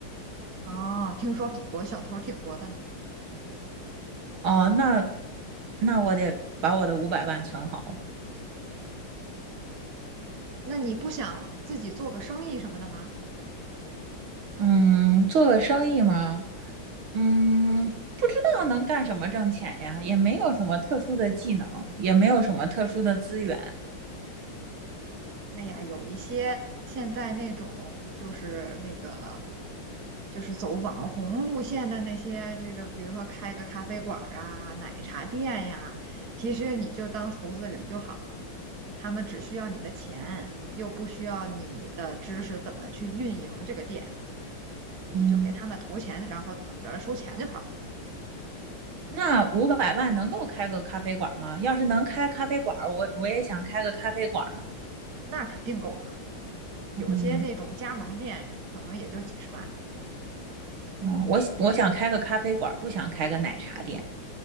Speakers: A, on the right; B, on the right.
A: 哦，听说法国小偷儿挺多的呢，
B: 哦，那那我得把我的五百万存好。
A: 那你不想自己做个生意什么的吗？
B: 嗯，做个生意嘛，嗯，不知道能干什么挣钱呀，也没有什么特殊的技能，也没有什么特殊的资源。
A: 哎呀，有一些现在那种就是那个就是走网红路线的那些，这个比如说开个咖啡馆儿啊、奶茶店呀，其实你就当投资人就好了他们只需要你的钱，又不需要你的知识怎么去运营这个店，你就给他们投钱，
B: 嗯，
A: 然后等着收钱就好，
B: 那五百万能够开个咖啡馆吗？要是能开咖啡馆儿我我也想开个咖啡馆儿呢。
A: 那肯定够了。有些那种加盟店可能也就几十万，
B: 嗯嗯，我我想开个咖啡馆儿不想开个奶茶店，